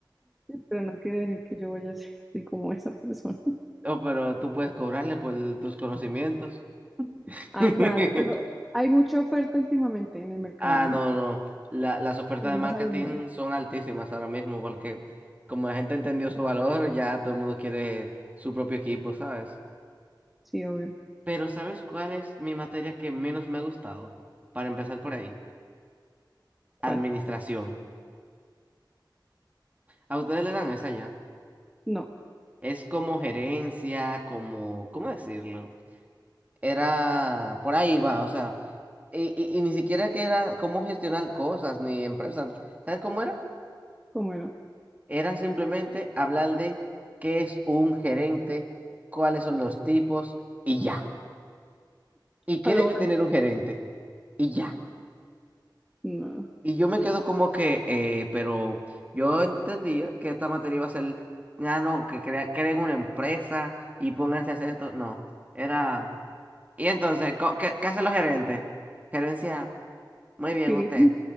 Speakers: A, in the centre; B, on the right.
A: Sí, Pero no quiere decir que yo vaya a <laughs> ser así como esa persona.
B: Oh, pero tú puedes cobrarle por tus conocimientos. <laughs>
A: Ah, claro, pero hay mucha oferta últimamente en el mercado,
B: Ah, no,
A: entonces,
B: no. La- las ofertas
A: hay
B: de
A: más
B: marketing
A: habilidad.
B: son altísimas ahora mismo porque como la gente entendió su valor, ya todo el mundo quiere su propio equipo, ¿sabes?
A: Sí, obvio.
B: Pero ¿sabes cuál es mi materia que menos me ha gustado? Para empezar por ahí,
A: ¿Cuál?
B: administración. A ustedes le dan esa ya.
A: No,
B: Es como gerencia, como, ¿cómo decirlo? Era, por ahí va, o sea, y, y- y ni siquiera que era cómo gestionar cosas ni empresas. ¿Sabes cómo era?
A: ¿cómo era?
B: Era simplemente hablar de qué es un gerente, cuáles son los tipos y ya. ¿Y qué
A: Algo,
B: debe tener un gerente? Y ya.
A: no,
B: Y yo me quedo como que, eh, pero yo entendía que esta materia iba a ser, ah, no, que crea- creen una empresa y pónganse a hacer esto. No, era... Y entonces, co- ¿qué, qué hacen los gerentes? Gerencia, muy bien
A: Siri,
B: usted.